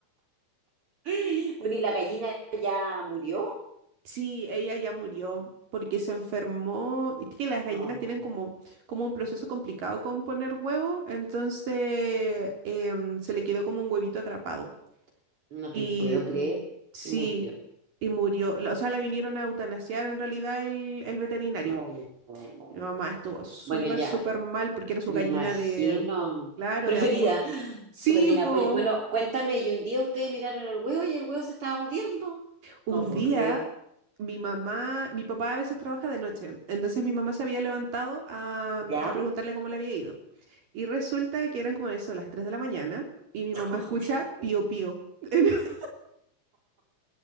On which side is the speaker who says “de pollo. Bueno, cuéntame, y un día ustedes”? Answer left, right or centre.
Right